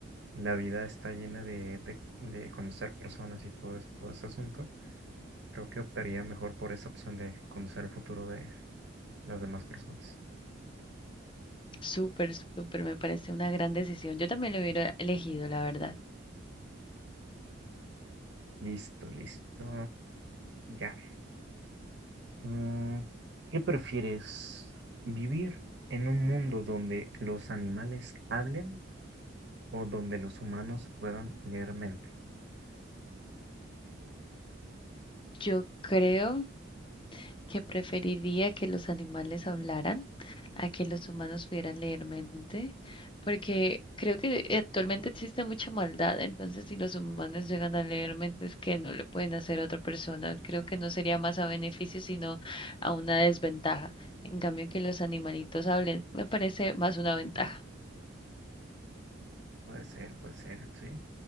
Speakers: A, on the right (about 55°); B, on the left (about 25°).
A: la vida está llena de, de, de conocer personas y todo, es- todo ese asunto, creo que optaría mejor por esa opción de conocer el futuro de las demás personas.
B: súper, súper, me parece una gran decisión. Yo también lo hubiera elegido, la verdad.
A: Listo, listo. Ya. Mm, ¿Qué prefieres? ¿Vivir en un mundo donde los animales hablen o donde los humanos puedan leer mente?
B: Yo creo que preferiría que los animales hablaran a que los humanos pudieran leer mente, porque creo que actualmente existe mucha maldad, entonces si los humanos llegan a leer mentes que no le pueden hacer a otra persona, creo que no sería más a beneficio, sino a una desventaja. En cambio, que los animalitos hablen, me parece más una ventaja.
A: Puede ser, puede ser, sí.